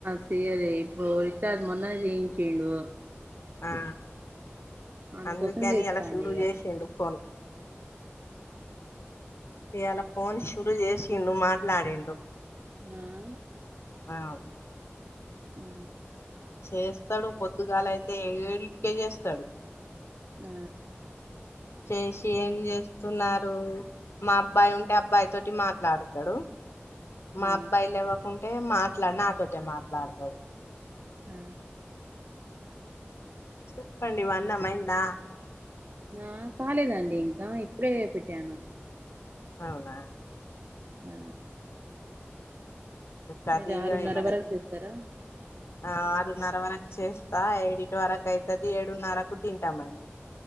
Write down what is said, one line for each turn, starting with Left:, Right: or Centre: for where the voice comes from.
Right: చేయలే ఇప్పుడు రీచార్జ్ మొన్ననే చేయించిండు
Left: ఆ
Right: అందుకోసం
Left: అందుకని
Right: చేస్తాండు
Left: అలా షురూ
Right: ఇగ
Left: చేసిండు ఫోన్ ఇవాలా ఫోన్ షురూ చేసిండు మాట్లాడిండు
Right: ఆ
Left: ఆ
Right: ఉ
Left: చేస్తాడు పొద్దుగాలయితే ఏడింటికే చేస్తాడు
Right: ఆ
Left: చేసి ఏం చేస్తున్నారు మా అబ్బాయి ఉంటే అబ్బాయి తోటి మాట్లాడతాడు మా
Right: ఆ
Left: అబ్బాయి లెవ్వకుంటే మాట్లాడు నాతోటే మాట్లాడతారు
Right: ఆ
Left: చూసుకండి వాన్నమ్మయిందా
Right: నా కాలేదండి ఇంకా ఇప్పుడే పెట్టాను
Left: అవునా
Right: ఆ
Left: కథగాయమన
Right: మీరు ఆరున్నర వరకు చేస్తారా
Left: ఆ ఆరున్నర వరకు చేస్తా ఏడిటి వరకు అయితుది ఏడున్నరకు తింటామండి